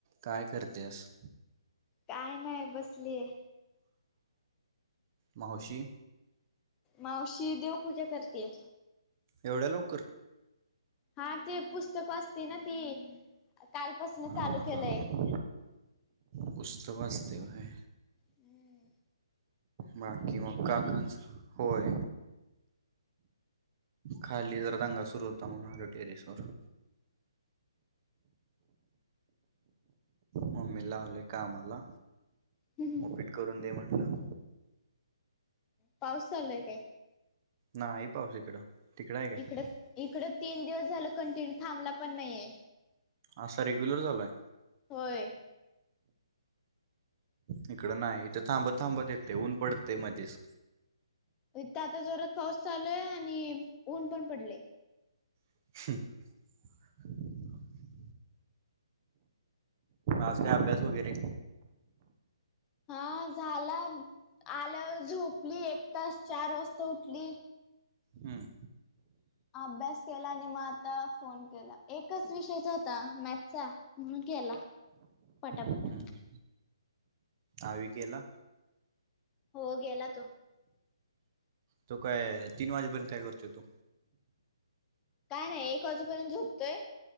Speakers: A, on the right (about 30°); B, on the left (about 15°).
A: काय करत्यास?
B: काय नाय बसलीय.
A: मावशी
B: मावशी देवपूजा करतीये.
A: एवढ्या लवकर!
B: हा ते पुस्तकं असती ना ती, कालपासूनच
A: हा
B: चालू
A: हा हा
B: केलंय.
A: पुस्तक वाचते होय.
B: हूं....
A: बाकी मग काका <unintelligible> होय. खाली जरा दंगा सुरू होता, म्हणून आलो टेरेसवर. मम्मीला लावलयं कामाला,
B: हंहू..
A: उपीट करून दे म्हणलं.
B: पाऊस चालू हाय काय?
A: नाही पाऊस इकडं. तिकडं आहे काय
B: इकडं इकड तीन दिवस झालं कंटिन्यू थांबला पण नाहीये.
A: असा रेग्युलर चालू आहे.
B: होय.
A: इकडं नाही, इथं थांबत-थांबत येतेय, ऊन पडतयं मध्येच.
B: इथ आता जोरात पाऊस चालू आहे आणि ऊन पण पडलेय.
A: ह््् आज काय अभ्यास वगैरे,
B: हा झाला, आल्यावर झोपली एक तास, चार वाजता उठली.
A: हं...
B: अभ्यास केला आणि मग आता फोन केला एकच विषयचा होता मॅथचा. म्हणून केला पटा-पटा.
A: हम्म हम्म. आवी गेला.?
B: हो गेला तो.
A: तो काय तीन वाजेपर्यंत काय करतोय तो?
B: काय नाही एक वाजूपर्यंत झोपतोय,